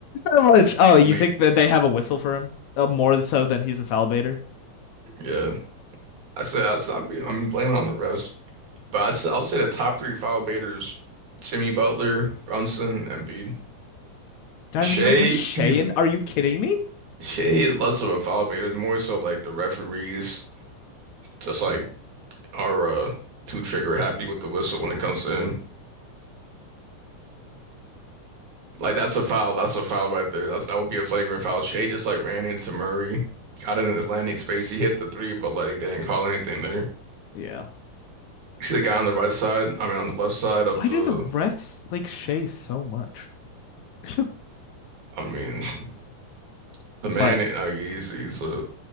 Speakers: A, on the left; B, on the right.
A: that much? Oh, you
B: I mean,
A: think that they have a whistle for him? Uh, more so than he's a foul baiter?
B: yeah, I said I said I'd be, I'm blaming on the refs. But I s- I'll say the top three foul baiters: Jimmy Butler, Brunson, Embiid.
A: Not
B: Shea,
A: even gonna put Shea
B: he's
A: in? Are you kidding me?
B: Shea is less of a foul baiter, more so like the referees just like are uh, too trigger happy with the whistle when it comes to him. Like that's a foul. That's a foul right there. That's, that would be a flagrant foul. Shea just like ran into Murray, got in his landing space. He hit the three, but like they didn't call anything there.
A: Yeah.
B: You see the guy on the right side. I mean, on the left side of
A: Why
B: the.
A: do the refs like Shea so much? <laughs>
B: I mean, <laughs> the man.
A: What?
B: I mean, he's he's a